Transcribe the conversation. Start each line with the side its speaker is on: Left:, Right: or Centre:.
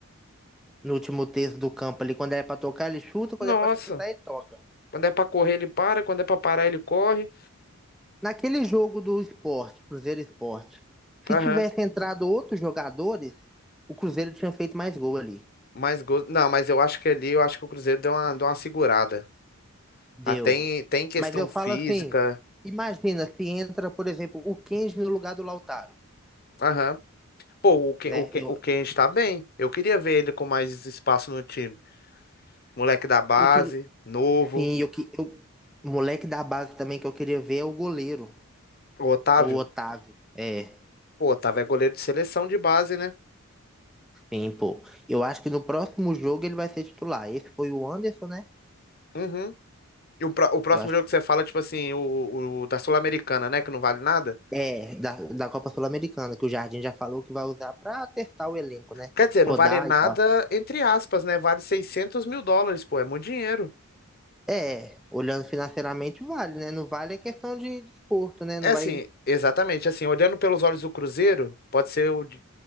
Centre: No último terço do campo ali, quando é pra tocar, ele chuta, quando
Left: Nossa.
Centre: é pra chutar, ele toca.
Left: Quando é pra correr, ele para. Quando é pra parar, ele corre.
Centre: Naquele jogo do Sport, Cruzeiro e Sport, se
Left: Aham.
Centre: tivesse entrado outros jogadores, o Cruzeiro tinha feito mais gol ali.
Left: Mais gols. Não, mas eu acho que ali, eu acho que o Cruzeiro deu uma, deu uma segurada.
Centre: Deu.
Left: Ah, tem, tem questão
Centre: Mas eu
Left: física.
Centre: falo assim, imagina se entra, por exemplo, o Kenji no lugar do Lautaro,
Left: Aham. Pô, o Ken,
Centre: né?
Left: o Ken,
Centre: Eu,
Left: o Ken está bem. Eu queria ver ele com mais espaço no time. Moleque da base,
Centre: eu queria,
Left: novo.
Centre: sim, eu, que- eu, moleque da base também que eu queria ver é o goleiro,
Left: O Otávio.
Centre: é o Otávio. É,
Left: Pô, Otávio é goleiro de seleção de base, né?
Centre: sim, pô. Eu acho que no próximo jogo ele vai ser titular. Esse foi o Anderson, né?
Left: Uhum. E o, pró- o próximo
Centre: Eu acho
Left: jogo que você fala, tipo assim, o, o da Sul-Americana, né? Que não vale nada.
Centre: É, da, da Copa Sul-Americana, que o Jardim já falou que vai usar pra testar o elenco, né?
Left: Quer dizer,
Centre: Rodar
Left: não vale nada,
Centre: e tal.
Left: entre aspas, né? Vale seiscentos mil dólares, pô. É muito dinheiro.
Centre: É, olhando financeiramente vale, né? Não vale é questão de desporto, né?
Left: É
Centre: Não
Left: assim,
Centre: vai.
Left: exatamente, assim, olhando pelos olhos do Cruzeiro, pode ser o de-